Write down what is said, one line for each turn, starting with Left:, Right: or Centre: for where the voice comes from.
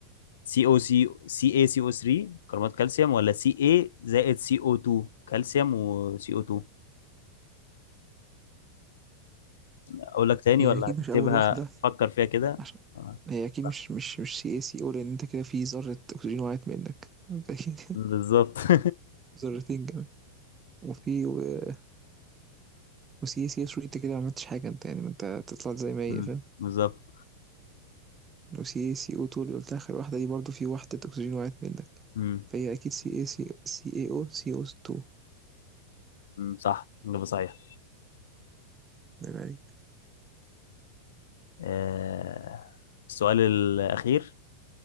Left: سي او سي سي اي سي او 3 كربونات كالسيوم ولا سي اي زائد سي او 2 كالسيوم وسي او 2 اقول لك تاني
Right: هي
Left: ولا
Right: أكيد
Left: هتكتبها
Right: مش أول واحدة
Left: فكر فيها كده
Right: عشان
Left: آه،
Right: هي أكيد
Left: صح.
Right: مش مش مش CaCO لأن أنت كده في ذرة أكسجين وقعت منك <laughs> مبدئيًا.
Left: بالظبط <laughs>
Right: ذرتين كمان وفي و- وسي سي اس انت كده ما عملتش حاجة انت يعني ما انت طلعت زي ما هي
Left: مم،
Right: فاهم
Left: بالظبط
Right: وسي سي او 2 اللي قلت اخر واحدة دي برضو في وحدة اكسجين وقعت منك
Left: مم،
Right: فهي اكيد سي اي سي سي اي او سي إيه او 2
Left: مم، صح إجابة صحيحة
Right: نعم عليك
Left: آه، السؤال الأخير